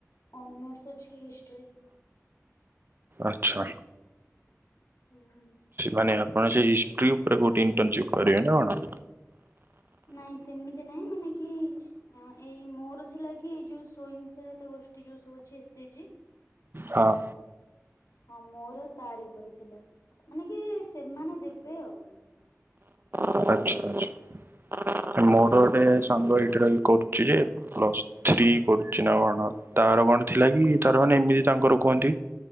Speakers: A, on the left; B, on the right.
A: ଅନର୍ସ ଅଛି ହିଷ୍ଟ୍ରି।
B: ଆଚ୍ଛା।
A: ଉଁ ହୁଁ।
B: ମାନେ ଆପଣ ସେ ହିଷ୍ଟ୍ରି ଉପରେ କୋଉଠି ଇଣ୍ଟନସିପ୍ କରିବେ ନା କ'ଣ।
A: ନାଇଁ ସେମିତି ନାଇଁ ମାନେ କି। ଏଇ ମୋର ଥିଲା କି ଏଇ ଯୋଉ ସ୍ୱୟଂ ସହାୟତା ଗୋଷ୍ଠୀ ଯୋଉ ସବୁ ଅଛି ଏସ୍ ଏଚେ ଜି।
B: ହଁ।
A: ହଁ ମୋର ତାରି ଉପରେ ଥିଲା ମାନେ କି ସେମାନେ ଦେବେ ଆଉ।
B: ଆଚ୍ଛା, ଆଚ୍ଛା
A: ହଁ
B: ମୋର ଗୋଟେ ସାଙ୍ଗ ଏଇଠି ରହିକି କରୁଛି ଯେ ପ୍ଲସ। ସ୍ତ୍ରୀ କରୁଛି ନା କ'ଣ ତାର କ'ଣ ଥିଲା କି ତାର ମାନେ ଏମିତି ତାଙ୍କର କୁହନ୍ତି।